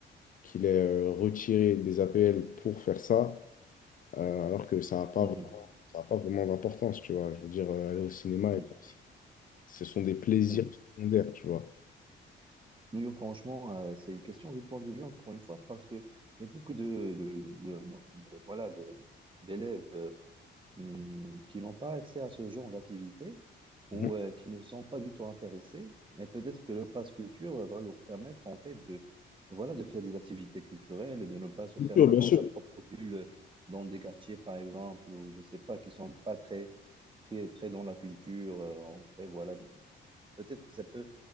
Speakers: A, on the left; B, on the right.
A: qu'il ait euh, retiré des APL pour faire ça, euh, alors que ça n'a pas,
B: Mhm.
A: ça a pas vraiment d'importance, tu vois. Je veux dire, euh, aller au cinéma,
B: Mhm.
A: et tout, c'est- ce sont des plaisirs
B: Oui.
A: secondaires, tu vois.
B: Oui, franchement, euh, c'est une question de point de vue, encore une fois, parce que il y a beaucoup de, de, de- de- de- voilà, de, d'élèves euh, hmm, qui n'ont pas accès à ce genre d'activité ou
A: Mhm.
B: euh, qui ne sont pas du tout intéressés. Et peut-être que le pass culture euh, va leur permettre en fait de, voilà, de faire des activités culturelles, de ne pas se fermer
A: Bien
B: dans
A: sûr.
B: sa propre bulle, dans des quartiers par exemple, ou je sais pas, qui sont pas très, très, très dans la culture euh, ancrée, voilà. Peut-être que ça peut